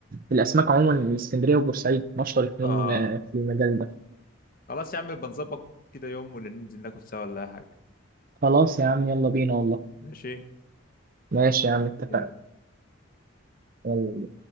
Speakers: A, on the right (about 40°); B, on the left (about 40°).
A: الاسماك عموما اسكندريه وبورسعيد مشهور اتنين
B: اه
A: آه، في المجال ده
B: خلاص يا عم بنظبط كده يوم وننزل ناكل سوا ولا أي حاجة
A: خلاص يا عم يلا بينا والله
B: ماشي
A: ماشي يا عم اتفقنا
B: يلا
A: يلا